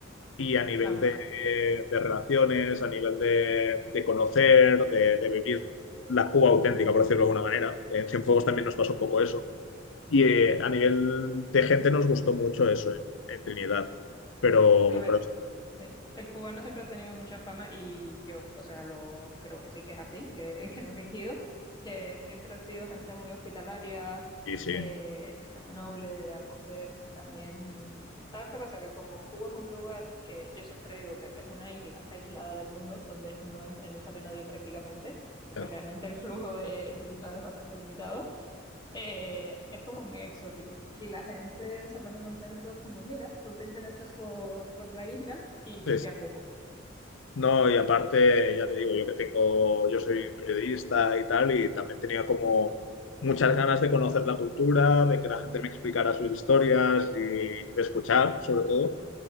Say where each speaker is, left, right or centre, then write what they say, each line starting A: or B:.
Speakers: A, on the left (about 70°); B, on the left (about 20°).
A: y a nivel
B: claro.
A: de, de relaciones, a nivel de, de conocer, de, de vivir la Cuba auténtica, por decirlo de alguna manera. En Cienfuegos también nos pasó un poco eso. Y eh, a nivel de gente nos gustó mucho eso en, en Trinidad. Pero,
B: A ver.
A: pero
B: Sí, el cubano siempre ha tenido mucha fama y yo, o sea, lo creo que sí que es así, que, <laughs> que no he fingido, que siempre ha sido gente muy hospitalaria,
A: sí, sí.
B: eh, gente muy noble de acoger también. ¿Sabes qué pasa? Que como Cuba es un lugar que yo siempre digo que es una isla aislada del mundo, donde no entra ni sale nadie prácticamente, porque
A: sí.
B: realmente el flujo de, de entrada es bastante limitado eh, es como muy exótico y la gente se pone contento como, mira, tú te interesas por, por la isla y,
A: sí.
B: y te acojo.
A: No, y aparte, ya te digo, yo que tengo, yo soy periodista y tal, y también tenía como muchas ganas de conocer la cultura, de que la gente me explicara sus historias y de escuchar, sobre todo.